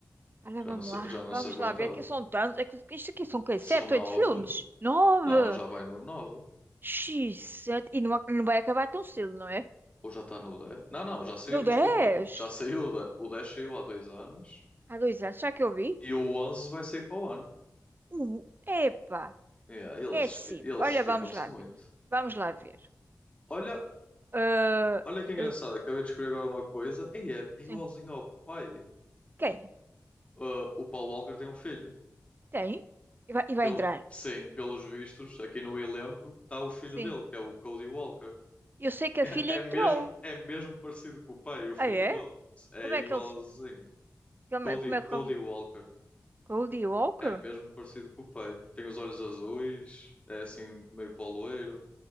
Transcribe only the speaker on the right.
Olha,
vamos
lá,
vamos
lá ver. Aqui são tantos. É que Isto aqui são o quê?
Sete,
oito filmes? Nove!
X, sete. E não, não vai acabar tão cedo, não é?
No dez!
Há dois anos, será que eu vi?
Uh, epa!
É sim.
Olha,
vamos lá
ver. Vamos lá ver.
Ah,
eu-
Sim.
quem?
Tem? E vai, e vai
entrar?
Sim.
Eu sei que
a filha
entrou.
Ah, é?
Como
é que ele. se- Como
é, como é que.
Goldie Walker?